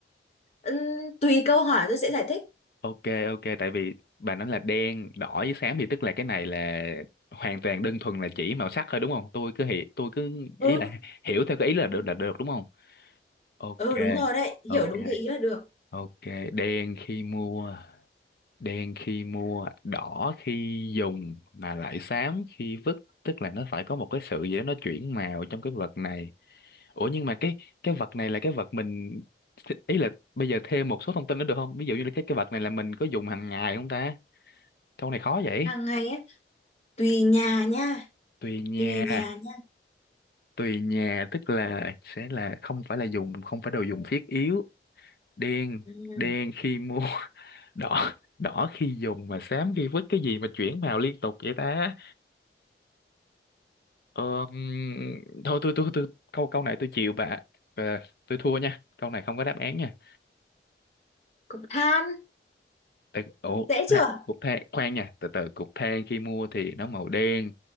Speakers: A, on the left; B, on the left.
A: Ừm, tùy câu hỏi tôi sẽ giải thích
B: ok ok tại vì bà nói là đen đỏ với xám thì tức là cái này là hoàn toàn đơn thuần là chỉ màu sắc thôi đúng không tôi cứ hiểu tôi cứ ý
A: ừ
B: là hiểu theo cái ý là được là được đúng không ok
A: ừ đúng rồi đấy
B: ok
A: hiểu đúng cái ý là được
B: Ok, đen khi mua, đen khi mua, đỏ khi dùng mà lại xám khi vứt, tức là nó phải có một cái sự gì đó nó chuyển màu trong cái vật này. Ủa nhưng mà cái cái vật này là cái vật mình ý là bây giờ thêm một số thông tin nữa được không? Ví dụ như là cái cái vật này là mình có dùng hàng ngày không ta? Câu này khó vậy.
A: hàng ngày ấy tùy nhà nha
B: Tùy nhà,
A: tùy nhà nha
B: tùy nhà tức là sẽ là không phải là dùng, không phải đồ dùng thiết yếu. Đen,
A: ừ.
B: đen khi mua đỏ đỏ khi dùng mà xám khi vứt cái gì mà chuyển màu liên tục vậy ta ờ, ừm, thôi tôi tôi tôi câu câu này tôi chịu bà Ờ, tôi thua nha câu này không có đáp án nha
A: cục than
B: Tại, ủa,
A: dễ
B: than,
A: chưa
B: cục than khoan nha từ từ cục than khi mua thì nó màu đen